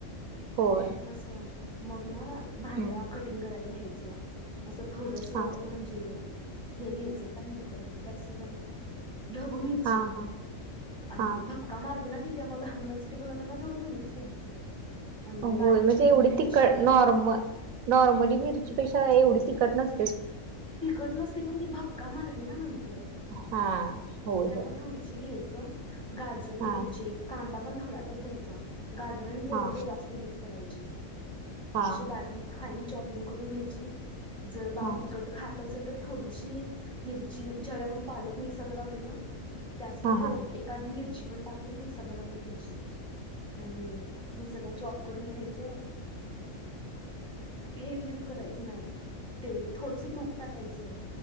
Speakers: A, on the right; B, in the centre.
A: होय
B: असं. मग ना, भाज्या
A: हम्म
B: कटिंग करायला घ्यायचं. असं थोडस म्हणजे
A: हा
B: हे घ्यायचं. काय म्हणतात त्याला? टॅक्सीकम ढबू मिरची.
A: हा हा
B: आणि
A: हा
B: भपका मारते ना ती, त्या मुळ लहान मुला ते बनवताना थोडं कमीच घ्यायचं. आणि
A: होय
B: बारीक
A: म्हणजे
B: चिरून
A: एवढी
B: घ्यायची
A: तिखट नॉर्म नॉर्मली मिरचीपेक्षा एवढी तिखट नस
B: तिकट नसते पण ती भपका मारते ना नंतर.
A: हा होय
B: त्यामुळं
A: होय
B: थोडीशी घ्यायचं. गाजर घ्यायचे
A: हा
B: कांदा पण थोडासाच घ्यायचा गाजर आणि टोमॅटो
A: हा
B: जास्त, यूज करायचे
A: हा
B: अशी बारीक फाईन चॉपिंग करून घ्यायची. जर बाळ
A: हा
B: तिकट खात असेल तर थोडीशी मिरची ज्या वेळी आपण पालक मिक्सरला लावतोय ना. त्याच वेळी
A: हा
B: थेयात
A: हा
B: एआधी मिरची पण टाकून मिक्सरला लावून घ्यायची आणि. हे सगळं चॉप करून घ्यायचं हे युज करायचं नाही. तेल थोडस तूप टाकायचं